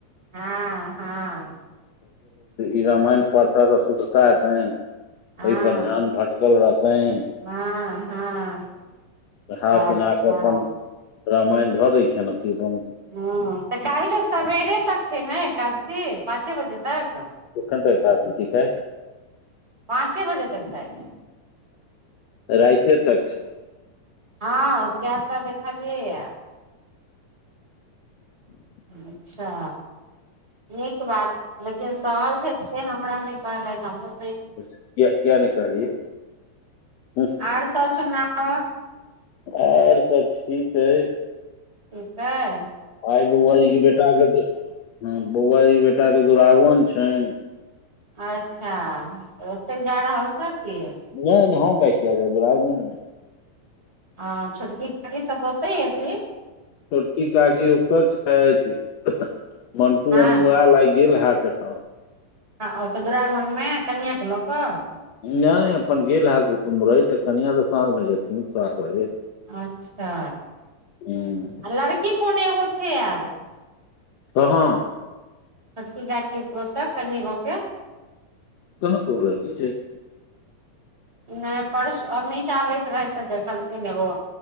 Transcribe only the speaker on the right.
हँ हँ।
हँ
हँ हँ।
अच्छा
हँ तऽ काल्हि तऽ सबेरे तक छै। ने एकादशी पाँचे बजे तक
पाँचे बजे तक शाय
हँ क्या तऽ देखलियैया
अच्छा नीक बात लेकिन सहल छैथ से हमरा नै ब ल त हम <unintelligible>
आर सब सुनाक
ठीक हाय
अच्छा ओतय जा रहल छैथ की।
आ छोटकी <unintelligible> सबत उतै हेती
हँ
हँ ओ तऽ दुरागनमे कनियँके लऽ कऽ
अच्छा
आ लड़की कोन एगो छै। आएल
बड़की काकी <unintelligible> कनि गो के
नै परसू अमीशा आबैत रहै तऽ देखलकै ने ओ